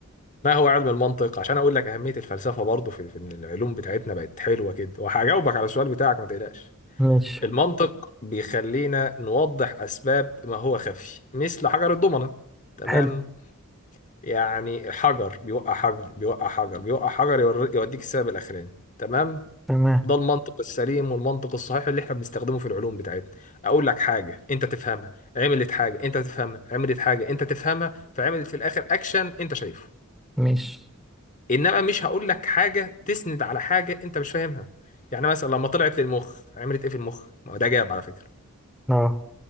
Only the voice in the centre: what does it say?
ماشي
حلو
تمام
ماشي
اه